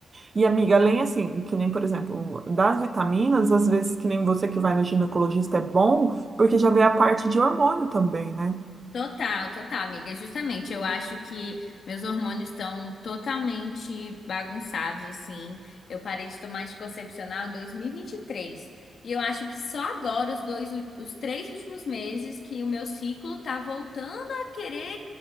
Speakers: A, on the right (about 40°); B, on the left (about 70°).
A: E, amiga, além assim, que nem, por exemplo, das vitaminas, às vezes que nem você que vai no ginecologista é bom, porque já vê a parte de hormônio também, né?
B: Total, total, amiga. Justamente, eu acho que meus hormônios estão totalmente bagunçados, assim. Eu parei de tomar anticoncepcional em dois mil E vinte e e três E eu acho que só agora, os dois, ú- os três últimos meses, que o meu ciclo tá voltando a querer